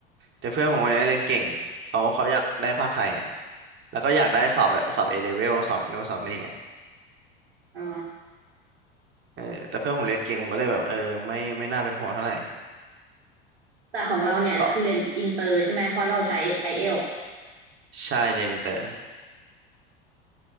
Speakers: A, on the right (about 40°); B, on the right (about 80°).
A: แต่เพื่อนผมคนนี้เล่นเก่งเขาเขาอยากได้ภาคไทยไงแล้วก็อยากได้สอบแบบสอบเอเลเวลสอบนู่นสอบนี่ไง
B: อ๋อ
A: เออแต่เพื่อนผมเรียนเก่งผมก็เลยแบบเออไม่ไม่น่าเป็นห่วงเท่าไหร่
B: แต่ของเราเนี่ยคือเรียนอินเตอร์ใช่ไหมเพราะเราใช้ไอเอล
A: ก็ใช่เรียนอินเตอร์